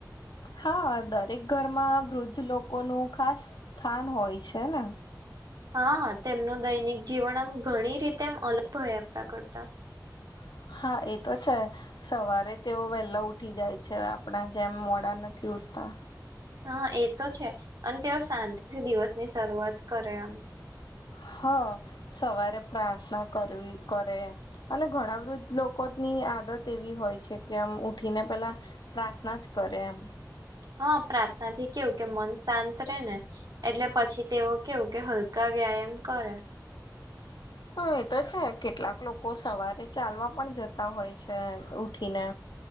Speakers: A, on the left; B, on the right.
A: હા દરેક ઘરમાં વૃદ્ધ લોકોનું ખાસ સ્થાન હોય છે ને.
B: હા તેમનું દૈનિક જીવન આમ ઘણી રીતે એમ અલગ હોય આપડા કરતા.
A: <inaudible> હા એ તો છે સવારે તેઓ વહેલા ઉઠી જાય છે આપડા જેમ મોડા નથી. ઉઠતા.
B: હા એ તો છે અને તેઓ શાંતિથી દિવસની શરૂઆત કરે આમ.
A: હા સવારે પ્રાર્થના કરવી કરે અને ઘણા વૃદ્ધ લોકો ની આદત એવી હોય છે કે આમ ઉઠીને પેલા પ્રાર્થના જ કરે એમ.
B: હા પ્રાર્થના થી કેવું કે મન શાંત રે ને એટલે પછી તેવ કેવું કે હલકા વ્યાયામ કરે.
A: હ એ તો છે કેટલાક લોકો સવારે ચાલવા પણ જતા હોય છે ઉઠી ઠી ને.